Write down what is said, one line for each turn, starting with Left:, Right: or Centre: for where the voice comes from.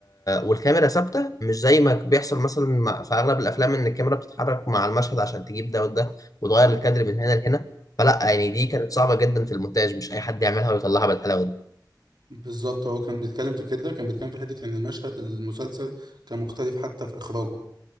Left: والكاميرا ثابتة مش زي ما بيحصل مثلا مع- في اغلب الافلام ان الكاميرا بتتحرك مع المشهد عشان تجيب ده وده وتغير الكادر من هنا لهنا فلا يعني دي كانت صعبة جدا في المونتاج مش اي حد يعملها ويطلعها بالحلاوة دي
Right: بالظبط هو كان بيتكلم في كده كان بيتكلم في حتة إن المشهد المسلسل كان مختلف حتى في إخراجه